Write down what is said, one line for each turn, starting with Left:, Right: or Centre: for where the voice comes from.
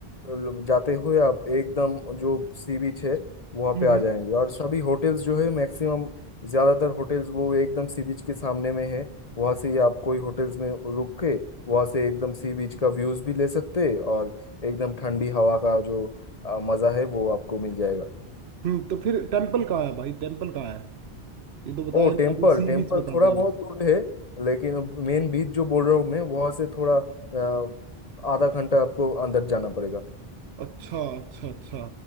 Left: ल- जाते हुए आप एकदम जो सी बीच है वहाँ
Right: हम्म
Left: पे आ
Right: हम्म
Left: जाएंगे और सभी होटल्स जो है मैक्सिमम ज़्यादातर होटल्स वो एकदम सी बीच के सामने में है वहाँ से ही आप कोई होटल्स में रुक के वहाँ से एकदम सी बीच का व्यूज़ भी ले सकते हैं और एकदम ठंडी हवा का जो अ, मज़ा है वो आपको मिल जाएगा
Right: हम्म, तो फिर टेम्पल कहाँ है भाई टेम्पल कहाँ है ये तो बताया
Left: ओ
Right: नहीं,
Left: टेम्पल
Right: आपने सी
Left: टेम्पल
Right: बीच बता
Left: थोड़ा
Right: दिया
Left: बहुत दूर है लेकिन मेन बीच जो बोल रहा हूँ मैं वहां से थोड़ा अ, आधा घंटा आपको अंदर जाना पड़ेगा
Right: अच्छा अच्छा अच्छा